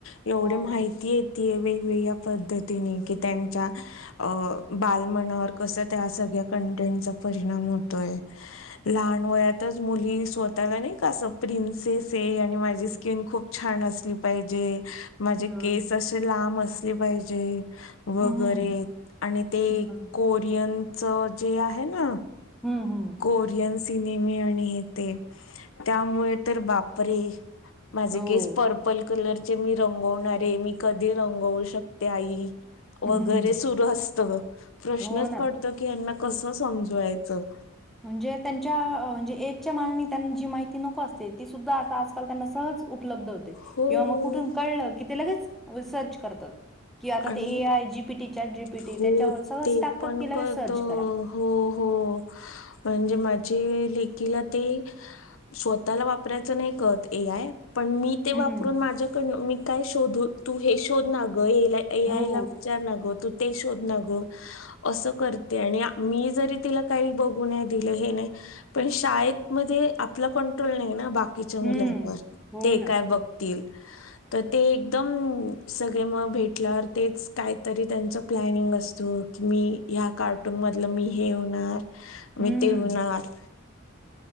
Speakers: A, on the left (about 80°); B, in the centre.
A: एवढी
B: हो.
A: माहिती येतीय वे. ह्या पद्धतीने कि त्यांच्या अ बाल मनावर कस त्या सगळ्या त्याचा परिणाम होतोय लहान वयातच मुली स्वतःला नाही का असं प्रिन्स. से से आणि माझी स्किन खूप. छान असली पाहिजे माझे
B: मिळून.
A: केस असे लांब असले पाहिजे. वगैरे
B: हम्म.
A: आणि ते
B: हम्म,
A: कोरियन च जे आहे ना.
B: हम्म.
A: कोरीयन्स सिनेमे आणि हे ते त्यामुळे तर बापरे. माझे
B: हो.
A: केस पर्पल कलरचे मी रंगवणारे मी कधी रंगवू शकते आई.
B: हम्म.
A: वगैरे सुरू असत ग प्रश्नच
B: हो ना.
A: पडतो की ह्यांना कस समजवायचं.
B: म्हणजे त्यांच्या म्हणजे एजच्या मानाने त्यांना जी माहिती नको असते ती सुद्धा आज काल त्यांना सहज उपलब्ध होते
A: हो
B: किंवा मग कुठून कळलं कि ते लगेच सर्च करतात. कि आता
A: आणि
B: ते A I G P T chat G P
A: हो
B: T त्याच्यावर सहज
A: ते
B: टाकतात
A: पण
B: कि लगेच
A: कळत
B: सर्च करा.
A: हो हो अ म्हणजे माझी लेखीला ते स्वतःला वापरायचं नाही कळत ए आय. पण मी ते वापरून
B: हम्म.
A: माझ्याकडन मी काय शोधू तू हे शोध ना ग ए ए
B: हो.
A: आय ला विचार ना ग तू ते शोध ना ग असं करते आणि मी जरी तिला काही बघू नाहीं दिल हे नाही. पण शाळेत मध्ये आपला कंट्रोल नाही ना. बा बाकीच्या मुलांवर,
B: हम्म. हो
A: ते
B: ना.
A: काय बघतील? तर ते एकदम सगळे म भेट म्हल्या तेच काहीतरी त्यांच प्लॅनिंग असतो. की मी ह्या कार्टून मधलं मी हे होणार
B: हम्म.
A: मी ते होणार